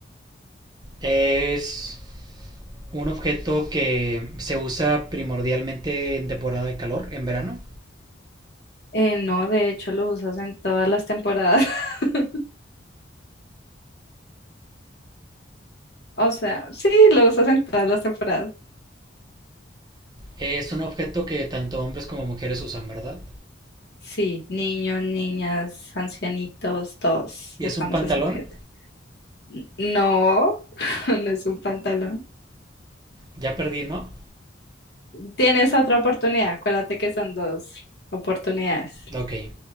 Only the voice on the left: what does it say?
Eh, no, de hecho lo usas en todas las temporadas. <laughs> O sea, sí, lo usas en todas las temporadas.
Sí, niños, niñas, ancianitos, todos
usamos
ese objeto. N- No, <laughs> no es un pantalón.
Tienes otra oportunidad, acuérdate que son dos oportunidades.